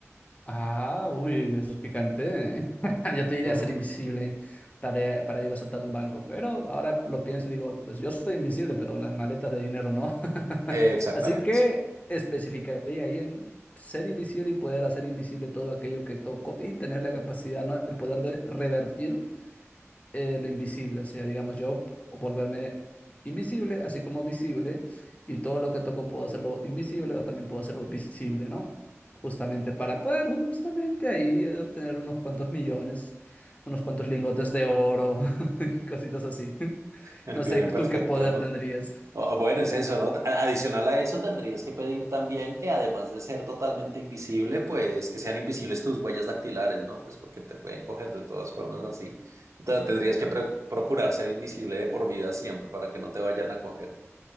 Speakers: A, on the left (about 30°); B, on the right (about 80°).
A: Ah, uy, eso es picante. <laughs> Yo te diría
B: <laughs> Ujú.
A: ser invisible tarea para ir a saltar un banco, pero ahora lo pienso y digo, pues yo soy invisible, pero las maletas de dinero no. <laughs>
B: Eh, Exactamente,
A: Así que
B: sí.
A: especificaría ahí en ser invisible y poder hacer invisible todo aquello que toco y tener la capacidad, ¿no? El poder de revertir eh, lo invisible, o sea, digamos, yo volverme invisible, así como visible, y todo lo que toco puedo hacerlo invisible o también puedo hacerlo visible, ¿no? Justamente para poder justamente ahí eh, obtener unos cuantos millones, unos cuantos lingotes de oro <laughs> y cositas así. <laughs>
B: El
A: No
B: crimen
A: sé, ¿tú
B: perfecto,
A: qué poder
B: ¿no?
A: tendrías?
B: O- o bueno, es eso, ¿no? A- Adicional a eso, tendrías que pedir también que además de ser totalmente invisible, pues que sean invisibles tus huellas dactilares, ¿no? Pues porque te pueden coger de todas formas así. Entonces tendrías que pre- procurar ser invisible de por vida siempre para que no te vayan a coger.